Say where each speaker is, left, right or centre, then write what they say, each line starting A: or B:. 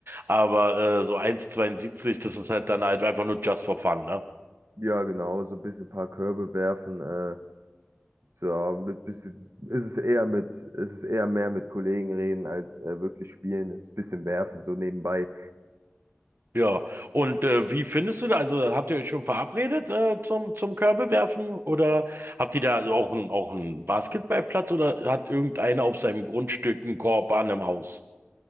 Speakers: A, on the right (about 55°); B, on the right (about 80°).
A: aber äh, so 1,72, das ist halt dann halt einfach nur just for fun, ne?
B: ja, genau. So ein bisschen ein paar Körbe werfen. Äh, so, ja, mit bisschen ist es eher mit, ist es ist eher mehr mit Kollegen reden als äh, wirklich spielen. Es ist ein bisschen werfen so nebenbei.
A: Ja. Und äh, wie findest du da, also habt ihr euch schon verabredet äh, zum, zum Körbewerfen oder habt ihr da auch einen, auch einen Basketballplatz oder hat irgendeiner auf seinem Grundstück einen Korb an im Haus?